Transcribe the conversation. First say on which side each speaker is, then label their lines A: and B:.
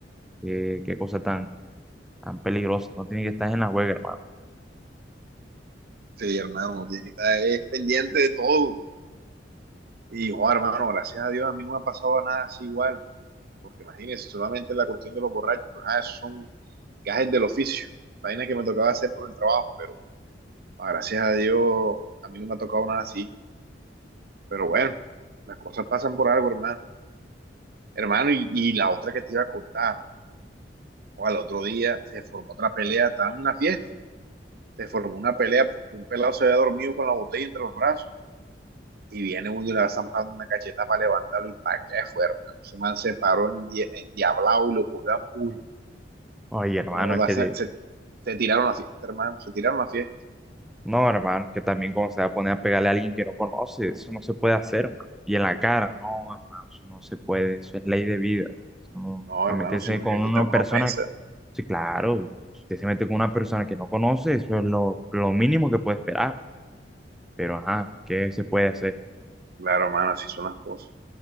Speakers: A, in the centre; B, on the right.
A: qué, qué cosa tan, tan peligrosa. No tiene que estar en la juega, hermano.
B: Sí, hermano, uno tiene que estar eh, pendiente de todo. Y, joder, hermano, gracias a Dios a mí no me ha pasado nada así igual, porque imagínese, solamente la cuestión de los borrachos, pues, ah, esos son gajes del oficio, vainas que me tocaba hacer por el trabajo, pero ah, gracias a Dios a mí no me ha tocado nada así. Pero bueno, las cosas pasan por algo, hermano. Hermano, y, y la otra que te iba a contar, o al otro día se formó otra pelea, estaba en una fiesta, se formó una pelea porque un pelado se había dormido con la botella entre los brazos y viene uno y le va zampando una cacheta para levantarlo y para que fue, hermano. Se man se paró en, diablado y lo cogió a puño.
A: Oye, hermano,
B: Como
A: es que
B: se,
A: te-
B: se, se, tiraron la fiesta, hermano, se tiraron la fiesta.
A: no, hermano, que también como se va a poner a pegarle a alguien que no conoce, eso no se puede hacer, hermano. Y en la cara, no, hermano, eso no se puede, eso es ley de vida. Eso no-
B: No,
A: a
B: hermano,
A: meterse
B: si una
A: con
B: galleta
A: una
B: es una
A: persona,
B: ofensa.
A: sí, claro, si usted se mete con una persona que no conoce, eso es lo, lo mínimo que puede esperar. Pero, ajá, ¿qué se puede hacer?
B: Claro, hermano, así son las cosas.